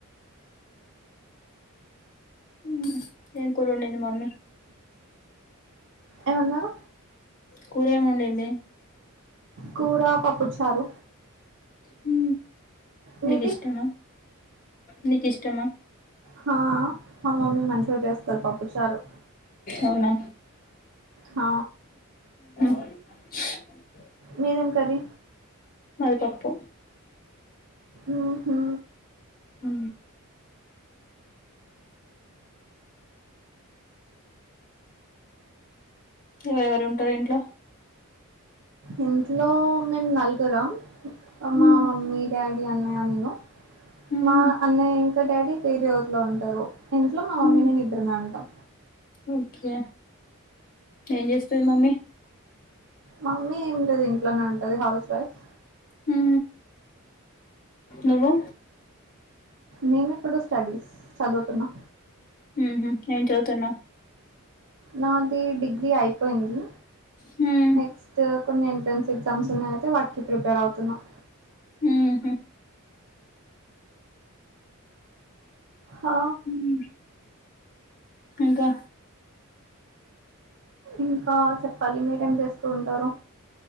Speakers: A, on the left; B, on the right.
A: హు ఏం కురోండింది మామీ
B: ఏమన్నారు
A: కూరెం వండింది
B: కూర పప్పుచారు
A: హు
B: మీది
A: నీకు ఇష్టమా నీకు ఇష్టమా
B: హా మా మమ్మీ మంచిగా చేస్తది పప్పుచారు
A: అవునా హలో
B: హ
A: అ
B: మీదేం కర్రీ
A: మాది పప్పు
B: ఊహూ
A: ఊ ఎవరెవరు ఉంటారు ఇంట్ల
B: ఇట్లో మేం నలుగురం అమ్మా
A: హ్మ్
B: మమ్మీ డాడీ అన్నయ నేను
A: హ్మ్
B: మా అన్నయ్య ఇంకా డాడీ వేరే ఊరిలో ఉంటరు ఇంట్లో మా
A: హ్మ్
B: మమ్మీ నేను ఇద్దరమే ఉంటాం
A: ఓకే ఏం చేస్తది మమ్మీ
B: మమ్మీ ఏం లేదు ఇంట్లోనే ఉంటది హౌస్ వైఫ్
A: హు నువ్వు
B: నేను ఇప్పుడు స్టడీస్ చదువుతున్నా
A: ఉహు ఏం చదుతున్నావు
B: నాది డిగ్రీ అయిపోయింది
A: హ్మ్
B: నెక్స్ట్ కొన్ని ఎంట్రన్స్ ఎగ్జామ్స్ ఉన్నాయి అయితే వాటికి ప్రిపేర్ అవుతున్నాం.
A: ఉహు
B: ఆ
A: హ్మ్ ఇంకా
B: ఇంకా చెప్పాలి మీరేం చేస్తూ ఉంటారు.